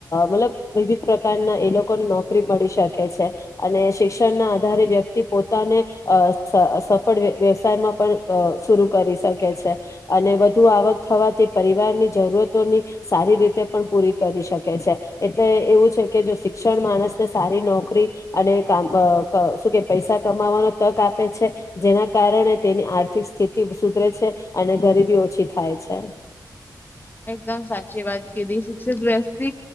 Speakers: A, on the left; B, on the left.
A: મતલબ વિવિધ પ્રકારના એ લોકોને નોકરી મળી શકે છે અને શિક્ષ શિક્ષણ ના આધારે વ્યક્તિ પોતાને અ સફળ વ્યવસાયમાં પણ સુરુ કરી શકે છે અને વધુ આવક થવાથી પરિવારની જરૂરતોની સારી રીતે પણ પૂરી કરી શકે છે, એટલે એવું છે જો શિક્ષણ માણસને સારી નોકરી અને કામ અ ક શું કે પૈસા કમાવાનો તક આપે છે, જેના કારણે તેની આર્થિક સ્થિતિ સુધરે છે અને ગરીબી ઓછી થાય છે.
B: એકદમ સાચી વાત કીધી, શિક્ષિત વ્યક્તિ